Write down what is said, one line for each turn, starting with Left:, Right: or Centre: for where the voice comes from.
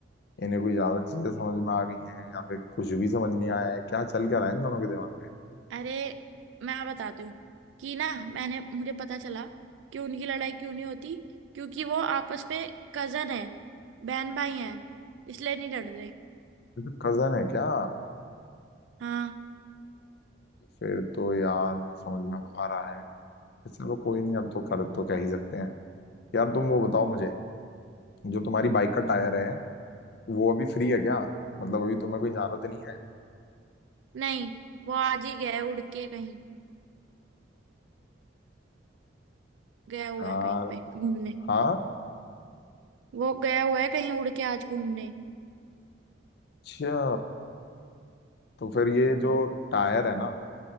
Left: इन्हें कोई ज्यादा चीजें समझ में आ गई हैं या फिर कुछ भी समझ नहीं आया है क्या चल क्या रहा है इन दोनों के दिमाग में
Right: अरे मैं बताती हूँ कि ना मैंने मुझे पता चला कि उनकी लड़ाई क्यों नहीं होती क्योंकि वो आपस में कजन है बहन भाई हैं इसलिए नहीं लड़ रहे
Left: ये तो कजन है क्या
Right: हाँ
Left: फिर तो यार मुझे समझ में आ रहा है फिर चलो कोई नहीं अब तो कर तो कह ही सकते हैं यार तुम वो बताओ मुझे जो तुम्हारी बाइक का टायर है वो अभी फ्री है क्या मतलब अभी तुम्हें कोई जरूरत नहीं है
Right: नहीं वो आज ही गया है उड़ के कहीं गया हुआ
Left: यार
Right: है कहीं पे घूमने
Left: हाँ
Right: वो गया हुआ है कहीं उड़ के आज घूमने
Left: अच्छा तो फिर ये जो टायर है ना